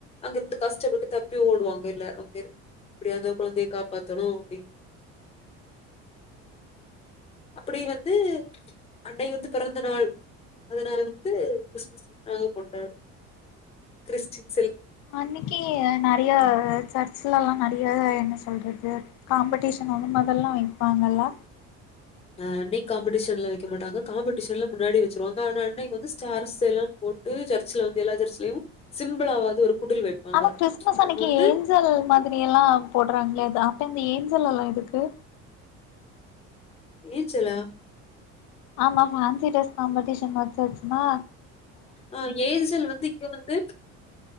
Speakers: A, on the left; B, on the left.
A: அங்க இருந்து கஷ்டப்பட்டு தப்பி ஓடுவாங்க எல்லாரும்ங்க பேரு அப்படிய இருந்த குழந்தைய காப்பாத்தணு அப்டின்னு
B: <inaudible>
A: அப்டி வந்து அண்டை வந்து பிறந்த நாள் அதனால வந்து கிறிஸ் நாங்க கொண்டாடுவோ கிறிஸின்
B: அன்னைக்கு நெறைய சர்ச்சலல்லா ந ஆ என்ன சொல்றது காம்படீஷன் வந்து மொதல்லா வைப்பாங்கல்ல
A: ஆ டி காம்படிஷன்ல வைக்க மாட்டாங்க காம்படிஷன்ல முன்னாடி வச்சிருவாங்க ஆனா அன்னைக்கு வந்து ஸார்ஸ் எல்லா போ போட்டு சர்ல வந்து எல்லா சர்ச்சலயு சிம்பிளாவது ஒரு குடில் வைப்பாங்க.
B: ஆனா கிறிஸ்துமஸ் அன்னைக்கு
A: அது வந்து
B: ஏஞ்சல் மாதிரியெல்லா போடுறாங்களே இதா இப்ப இந்த ஏஞ்சல்ல்லா எதுக்கு
A: ஏ சலா
B: ஆமா ஃான்சி டிரெஸ் காம்படிஷ வச்சச்சுமா
A: ஆ ஏது செல் வந்து இப்ப வந்து